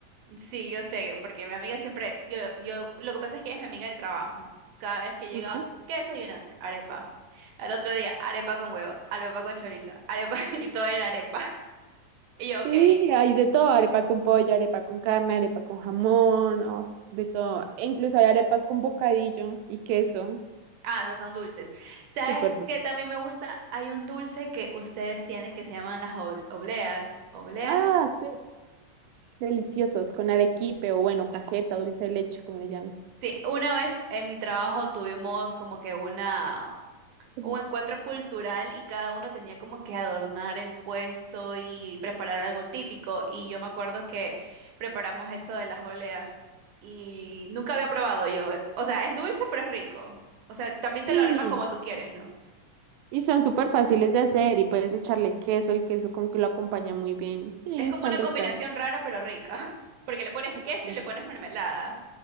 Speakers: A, on the right; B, on the right.
A: Sí, yo sé, porque mi amiga siempre, yo, yo, lo que pasa es que ella es mi amiga del trabajo. Cada vez que llegaba,
B: Ajá.
A: ¿qué desayunaste? Arepa. Al otro día, arepa con huevo, arepa con chorizo, arepa, <laughs> y todo era arepa. Y yo, ok,
B: Sí, hay de todo, arepa con pollo, arepa con carne, arepa con jamón, oh, de todo. E incluso hay arepas con bocadillo y queso,
A: ah, esas son dulces. ¿Sabes
B: súper dulce.
A: qué también me gusta? Hay un dulce que ustedes tienen que se llaman las ob- obleas. ¿Obleas?
B: Ah, sí. Deliciosos, con arequipe o bueno, cajeta, dulce de leche, como le llaman.
A: Sí, una vez en mi trabajo tuvimos como que una,
B: Con-
A: un encuentro cultural y cada uno tenía como que adornar el puesto y preparar algo típico. Y yo me acuerdo que preparamos esto de las oleas y nunca había probado yo. O sea, es dulce pero es rico. O sea, también te
B: Sí,
A: lo armas como tú quieres, ¿no?
B: y son súper fáciles de hacer y puedes echarle queso, el queso como que lo acompaña muy bien. Sí,
A: Es
B: están
A: como una
B: ricas.
A: combinación rara pero rica, <laughs> porque le pones
B: me
A: queso y le pones mermelada